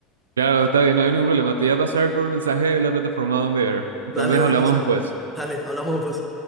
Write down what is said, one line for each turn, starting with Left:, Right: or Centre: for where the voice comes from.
Right: Claro, está bien, no hay ningún problema. Te voy a pasar por mensaje de la plataforma donde ver. Entonces
Centre: Dale, buenísimo.
Right: hablamos después.
Centre: Dale, hablamos pues.